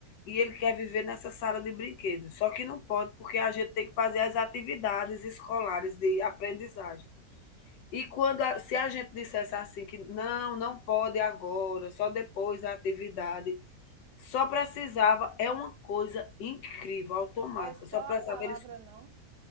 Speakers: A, on the left; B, on the right.
A: E ele quer viver nessa sala de brinquedos. Só que não pode, porque a gente tem que fazer as atividades escolares de aprendizagem. E quando a- se a gente dissesse assim que não, não pode agora, só depois da atividade, só precisava, é uma coisa incrível, automática,
B: é só
A: só
B: a
A: precisava
B: palavra
A: ele
B: não.